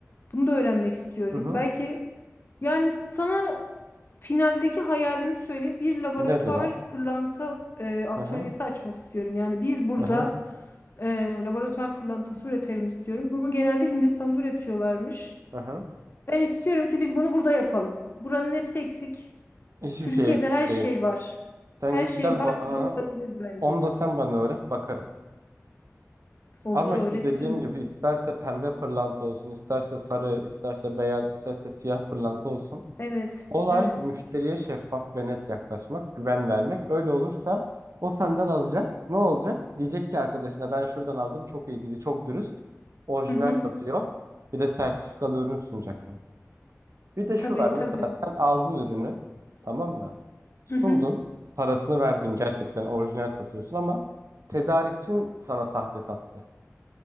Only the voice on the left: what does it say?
Bunu da öğrenmek istiyorum.
Belki yani sana Finaldeki hayalimi söyleyeyim. Bir laboratuvar
pırlanta e, atölyesi
açmak istiyorum. Yani biz burada
e, laboratuvar pırlantası üretelim istiyorum. Bunu genelde Hindistan'da üretiyorlarmış.
Ben istiyorum ki biz bunu burada yapalım. Buranın nesi eksik?
Türkiye'de
her şey
var.
Her
şey
var. Bu da olabilir
bence.
Olur
öğretirim.
Evet,
evet.
Hı hı.
Tabii,
tabii.
Hı hı.